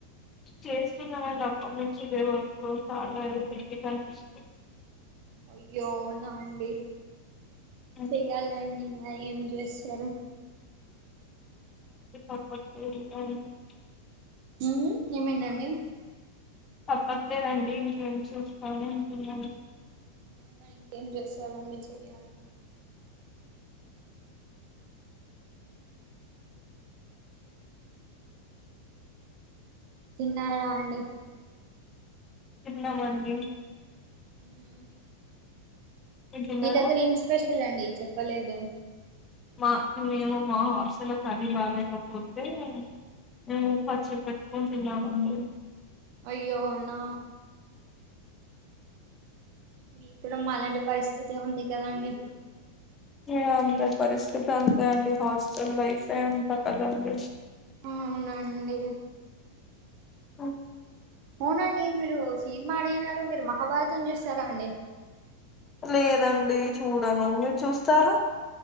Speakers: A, on the left (about 20°); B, on the right (about 45°).
A: చేస్తున్న వాళ్ళ అప్పటి నుంచి ఇదే వర్క్ వైకుర్ పె కనిపించుంది <inaudible>
B: అయ్యోనా అండి
A: ఇంకా
B: చెయ్యాలి అండి ఆ ఏం చేస్తారు
A: సపో చే <unintelligible>
B: ఆ ఏమైందండి
A: తప్పట్లేదండి ఇంకేం చూసుకోని ఇంకను
B: మరి ఇంకేం చేస్తారు అండి చెయ్యాలి తిన్న రా అండి
A: తిన్న మండీ
B: హ <inaudible>
A: తిన్నారా
B: మీ దగ్గర ఏం స్పెషల్ అండి చెప్పలేదు
A: మా మేము మా హాస్టల్ లో కరి బాలేకపోతే మేము పచ్చి పెట్టుకు తిన్నామండి
B: అయ్యో అవునా మీ కూడా మా అలాంటి పరిస్థితి ఉంది కదా అండి
A: అంతే అందరి పరిస్థితి అంతే అండి హాస్టల్ లైఫే అంతా కదండి
B: అవునండి
A: ఆఓ
B: అవునండి మీరు సినిమా అడిగినారు మీరు మహాభారతం చూస్తారా అండి
A: లేదండి చూడను మీరు చూస్తారా